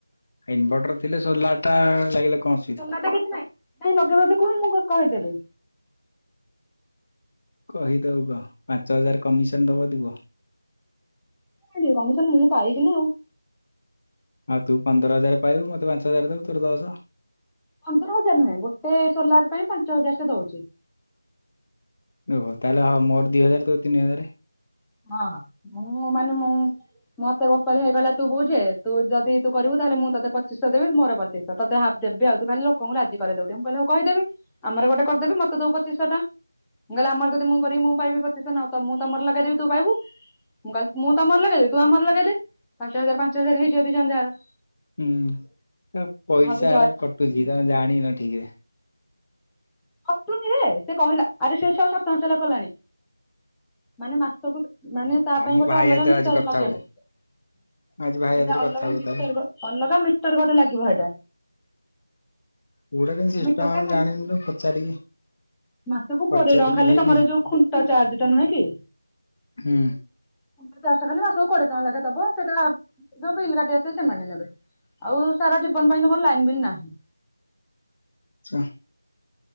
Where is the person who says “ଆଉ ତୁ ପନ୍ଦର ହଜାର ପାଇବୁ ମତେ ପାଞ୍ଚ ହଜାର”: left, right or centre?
Left